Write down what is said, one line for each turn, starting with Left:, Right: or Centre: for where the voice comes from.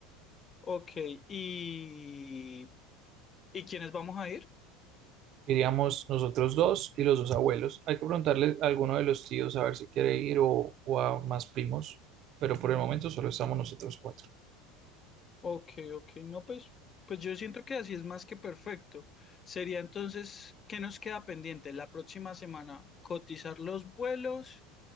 Left: ok, ¿y, ¿y quiénes vamos a ir?
Right: Iríamos nosotros dos y los dos abuelos. Hay que preguntarle a alguno de los tíos a ver si quiere ir o, o a más primos, pero por el momento solo estamos nosotros cuatro.
Left: Ok, ok, no, pues, pues yo siento que así es más que perfecto. Sería entonces, ¿qué nos queda pendiente? La próxima semana cotizar los vuelos